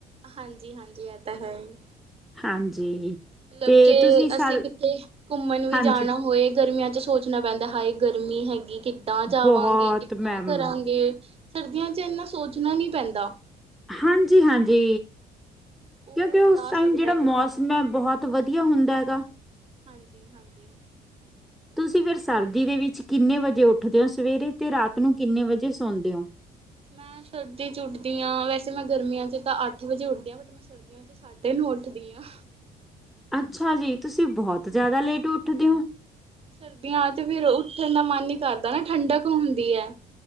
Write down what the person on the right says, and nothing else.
ਹਾਂਜੀ-ਹਾਂਜੀ ਇਹ ਤਾਂ ਹੈ ਹੀ।
ਮਤਲਬ
ਜੇ
ਅਸੀਂ ਕਿੱਥੇ ਘੁੰਮਣ ਵੀ
ਜਾਣਾ ਹੋਏ, ਗਰਮੀਆਂ ਤੇ ਸੋਚਣਾ ਪੈਂਦਾ ਹਾਏ ਗਰਮੀ ਹੈਗੀ। ਕਿੱਦਾਂ ਜਾਵਾਂਗੇ,
ਕਿੱਦਾਂ
ਕਰਾਂਗੇ। ਸਰਦੀਆਂ ਚ ਇੰਨਾ ਸੋਚਣਾ ਨੀ ਪੈਂਦਾ।
ਉਹ
ਜਾ
ਸਕਦਾ
ਫਿਰ ਬੰਦਾ।
ਹਾਂਜੀ-ਹਾਂਜੀ
ਮੈਂ ਸਰਦੀ ਚ ਉੱਠਦੀ ਹਾਂ, ਵੈਸੇ ਮੈਂ ਗਰਮੀਆਂ ਚ ਤਾਂ ਅੱਠ ਵਜੇ ਉੱਠਦੀ ਹਾਂ ਬਟ ਮੈਂ ਸਰਦੀਆਂ ਚ ਸਾਢੇ ਨੂੰ ਉੱਠਦੀ ਹਾਂ।
ਸਰਦੀਆਂ ਚ ਫਿਰ ਉੱਠਣ ਦਾ ਮਨ ਹੀ ਕਰਦਾ ਨਾ ਠੰਡਕ ਹੁੰਦੀ ਹੈ।